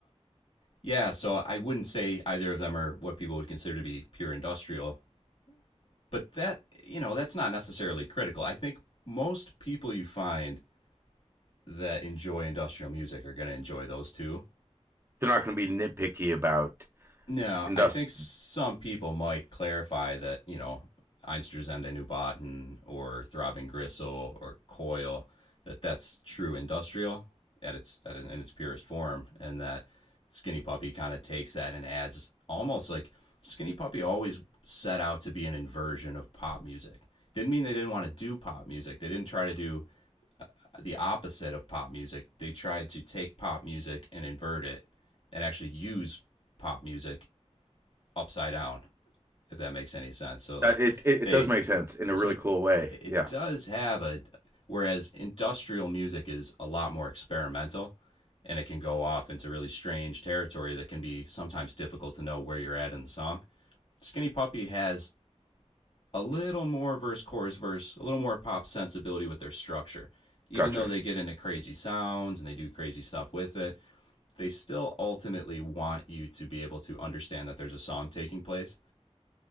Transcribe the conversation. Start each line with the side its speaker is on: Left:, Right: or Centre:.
Left: Yeah, so I wouldn't say either of them are what people would consider to be pure industrial, but that, you know, that's not necessarily critical. I think most people you find that enjoy industrial music are going to enjoy those two.
Right: They're not going to be nitpicky about
Left: No,
Right: industrial.
Left: I think some people might clarify that, you know, Einstürzende Neubauten or Throbbing Gristle or Coil, that that's true industrial at its at, in its purest form, and that Skinny Puppy kind of takes that and adds almost like Skinny Puppy always set out to be an inversion of pop music. Didn't mean they didn't want to do pop music. They didn't try to do the opposite of pop music. They tried to take pop music and invert it and actually use pop music upside down, if that makes any sense. So like
Right: It, it
Left: they,
Right: it does make sense in a
Left: so
Right: really
Left: it
Right: cool way.
Left: it
Right: Yeah,
Left: does have a. Whereas industrial music is a lot more experimental, and it can go off into really strange territory that can be sometimes difficult to know where you're at in the song. Skinny Puppy has a little more verse, chorus, verse, a little more pop sensibility with their structure. Even
Right: gotcha.
Left: though they get into crazy sounds and they do crazy stuff with it, they still ultimately want you to be able to understand that there's a song taking place